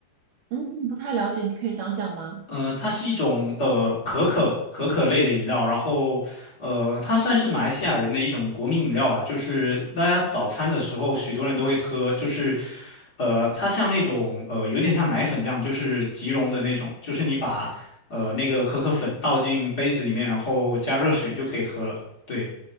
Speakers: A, on the right; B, on the left.
A: 嗯，不太了解，你可以讲讲吗？
B: 呃，它是一种呃可可可可类的饮料，然后呃，它算是马来西亚人的一种国民饮料吧，就是大家早餐的时候许多人都会喝，就是呃，它像那种呃有点像奶粉这样，就是即溶的那种，就是你把呃那个可可粉倒进杯子里面，然后加热水就可以喝了，对，